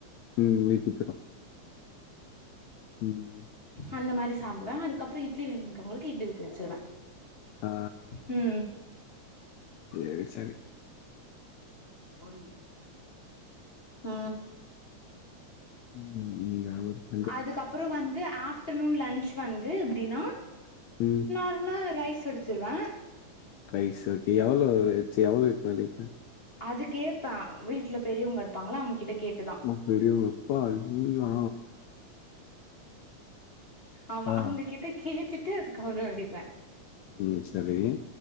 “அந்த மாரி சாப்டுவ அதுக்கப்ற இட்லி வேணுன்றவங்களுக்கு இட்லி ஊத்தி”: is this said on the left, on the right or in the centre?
Left